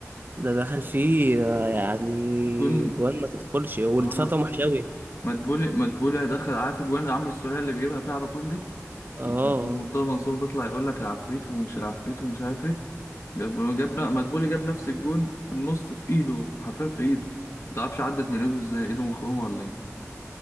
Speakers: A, on the right; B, on the left.
A: ده دخل فيه آه، يعني
B: جون
A: جوان ما تدخلش والدفاع
B: اه
A: بتاعهم وحش أوي
B: مدبولي مدبولي دخل عارف الجوان اللي عمرو السولية اللي بيجيبها فيها على طول دي لما
A: اه
B: مرتضى منصور بيطلع يقول لك العفريت ومش العفريت ومش عارف ايه لما جابنا مدبولي جاب نفس الجون في النص في ايده حرفيا في ايده ما تعرفش عدت من ايده ازاي ايده مخرومه ولا ايه